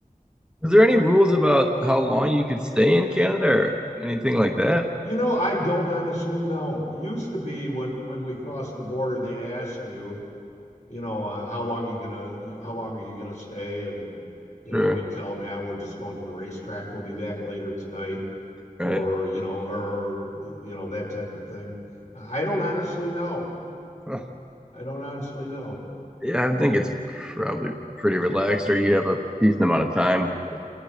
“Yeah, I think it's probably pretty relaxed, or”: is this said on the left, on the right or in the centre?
Centre